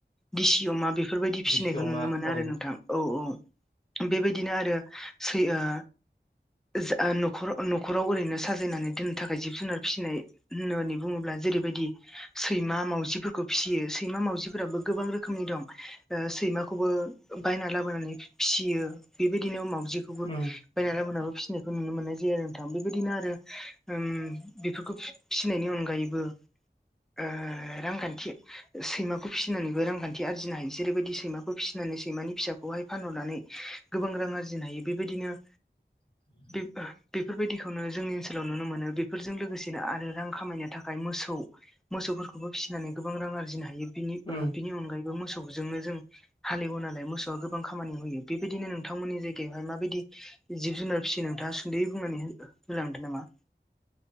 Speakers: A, in the centre; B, on the left.
A: दिसि अमा बे फोरबायदि फिसिनायखौ
B: दिसियाव
A: नुनो
B: मा
A: मोनो
B: औ
A: आरो नोंथां औ औ बेबायदिनो आरो सै ओ ओस ओ न'खर न'खराव ओरैनो साजायनानै दोननो थाखाय जिब जुनार फिसिनाय होननानै बुङोब्ला जेरैबायदि सैमा मावजिफोरखौ फिसियो सैमा मावजिफोराबो गोबां रोखोमनि दं। ओ सैमाखौबो बायना लाबोनानै फिसियो बेबायदिनो मावाउजिखौबो
B: उम
A: बायना लाला मोनाबो फिसिनायखौ नुनो मोननाय जायो आरो नोंथां बेबायदिनो आरो ओम बेफोरखौ फिसिनायनि अनगायैबो ओ रांखान्थि सैमाखौ फिसिनानैबो रांखान्थि आरजिनो हायो जेरैबायदि सैमा खौ फिसिनानै सैमानि फिसाखौहाय फानहरनानै गोबां रां आरजिनो हायो बेबायदिनो
B: <inaudible>
A: बेफ-बेफोरबायदिखौनो जोंनि ओनसोलाव नुनो मोनो बेफोरजों लोगोसेनो आरो रां खामायनो थाखाय मोसौ मोसौफोरखौबो फिसिनानै गोबां रां आरजिनो हायो बिनि ओ
B: उम
A: बिनि अनगायै बो मोसौजोंनो जों हालेवो नालाय मोसौआ गोबां खामानि होयो बेबायदिनो नोंथांमोननि जायगायाव ओ माबायदि जिब जुनार फिसियो नोंथाङा सुन्दुयै बुंनानै होलांदों नामा।